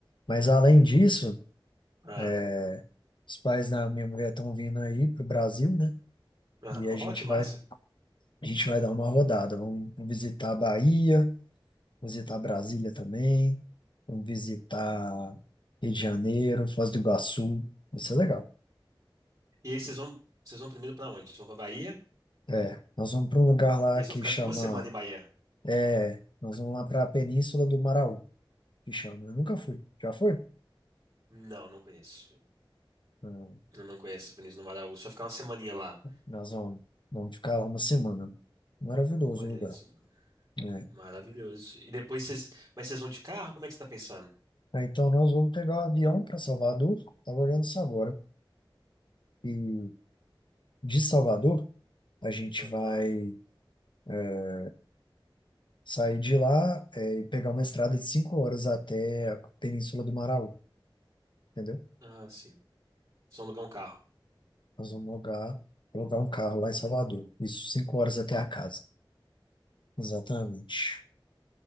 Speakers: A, on the left; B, on the right.
A: Mas além disso,
B: Ah,
A: É, Os pais da minha mulher estão vindo aí pro Brasil, né?
B: ah,
A: E a gente
B: ó, que massa.
A: vai, a gente vai dar uma rodada. Vamos visitar a Bahia, visitar Brasília também, vamos visitar Rio de Janeiro, Foz do Iguaçu. Vai ser legal.
B: E aí vocês vão, vocês vão primeiro pra onde? Vocês vão pra Bahia?
A: É, nós vamos para um lugar lá
B: E eles
A: que
B: vão ficar
A: chama.
B: uma semana em Bahia?
A: É, nós vamos lá para a Península do Maraú, que chama. Eu nunca fui. Já foi?
B: Não, não conheço.
A: Não.
B: Eu não conheço Vinícius do Maraú. Só ficar uma semaninha lá.
A: Nós vamos, vamos ficar lá uma semana. Maravilhoso
B: Olha,
A: o lugar.
B: isso,
A: né?
B: maravilhoso. E depois vocês, mas vocês vão de carro? Como é que você tá pensando?
A: É, Então, nós vamos pegar o avião para Salvador. Estava olhando isso agora. E de Salvador, a gente
B: Ah,
A: vai é, sair de lá, é, e pegar uma estrada de cinco horas até a Península do Maraú, entendeu?
B: ah, sim. Vocês vão alugar um carro.
A: Nós vamos alugar, alugar um carro lá em Salvador. Isso, cinco horas até a casa. Exatamente.